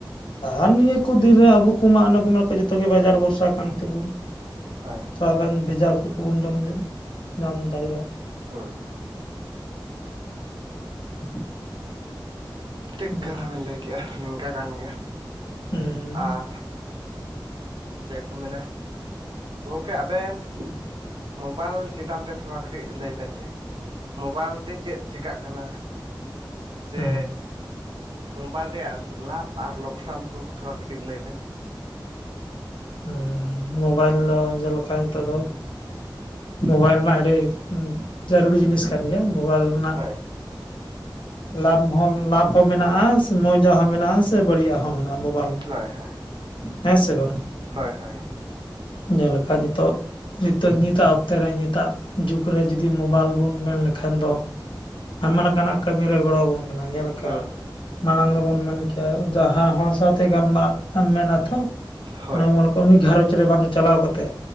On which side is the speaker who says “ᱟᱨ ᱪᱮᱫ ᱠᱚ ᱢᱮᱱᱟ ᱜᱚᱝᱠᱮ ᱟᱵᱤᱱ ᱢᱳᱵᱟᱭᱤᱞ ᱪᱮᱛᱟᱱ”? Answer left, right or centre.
Right